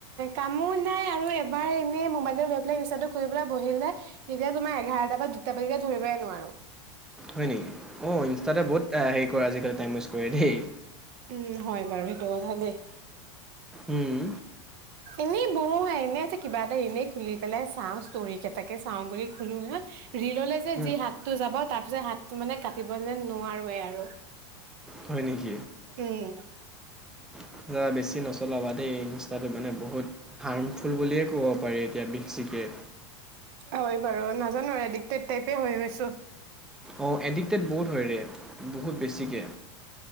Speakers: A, on the right; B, in the centre.
A: কামো নাই আৰু এবাৰ এনে মোবাইলটো লৈ পেলাই ইনস্তা টো কৰি পেলাই বহিলে কেতিয়া তোমাৰ এঘাৰটা পৰা দুটা বজিকে ধৰিবই নোৱাৰো।
B: হয় নেকি? অ', ইনষ্টাতে বহুতটা আজিকালি টাইম ৱেষ্ট কৰে দেই।
A: উম', হয় বাৰু সেইটো কথা দেই।
B: উম।
A: এনেই বহুহে। এনেই যে কিবা এটা এনেই খুলি পেলাই চাওঁ, ষ্টৰি কেইটাকে চাওঁ বুলি খুলো হা ৰিললে যে
B: উম,
A: যি হাতটো যাব তাত <unintelligible> হাতটো মানে কাটিব যে নোৱাৰোৱে আৰু
B: হয় নেকি?
A: উম,
B: <inaudible> বেছি নচলাবা দেই, ইনস্তা টো মানে বহুত হাৰ্ম <unintelligible> বুলিয়ে ক'ব পাৰি এতিয়া বেছিকে
A: হয় বাৰু। নাজানো এডিকটেড টাইপে হৈ গৈছোঁ
B: অ'', এডিক্টেড বহুত হয় ৰে। বহুত বেছিকে